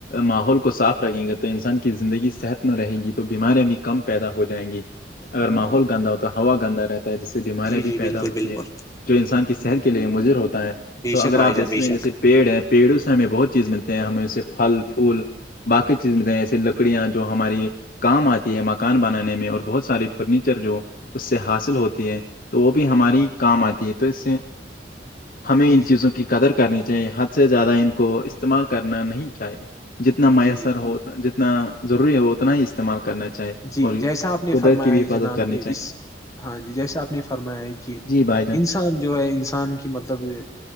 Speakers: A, on the left; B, on the left.
A: ماحول کو صاف رکھیں گے تو انسان کی زندگی صحت مند رہے گی تو بیماریاں بھی کم پیدا ہو جائیں گی اگر
B: جی
A: ماحول
B: جی
A: گندا ہو تو ہوا گندا رہتا جس سے بیماریاں
B: جی
A: بھی
B: جی
A: پیدا
B: بالکل
A: ہوتی
B: بالکل
A: ہیں جو انسان کی صحت کے لیے مضر ہوتا ہے
B: بے
A: تو اگر
B: شک بھائی
A: آپ
B: جان
A: دیکھ
B: بے شک
A: پیڑ ہیں پیڑوں سے ہمیں بہت چیز ملتے ہیں ہمیں اس سے پھل پھول باقی چیز میں جیسے لکڑیاں جو ہماری کام آتی ہے مکان بنانے میں اور بہت سارے فرنیچر جو اس سے حاصل
B: ہاں
A: ہوتی
B: جی
A: ہے تو وہ بھی ہماری کام آتی ہے تو اس سے ہمیں
B: جی
A: ان
B: جی
A: چیزوں کی قدر کرنی چاہیے حد سے زیادہ ان کو استعمال کرنا نہیں چاہیے جتنا میسر
B: جی جی
A: ہو جتنا ضروری ہو اتنا ہی استعمال کرنا چاہیے
B: جی
A: اور
B: جیسا آپ نے
A: قدرت
B: فرمایا
A: کی بھی حفاظت
B: جناب
A: کرنی
B: کہ
A: چاہیے
B: اس ہاں جی جیسا آپ نے فرمایا ہے کہ
A: جی بھائی جان
B: انسان جو ہے انسان کے مطلب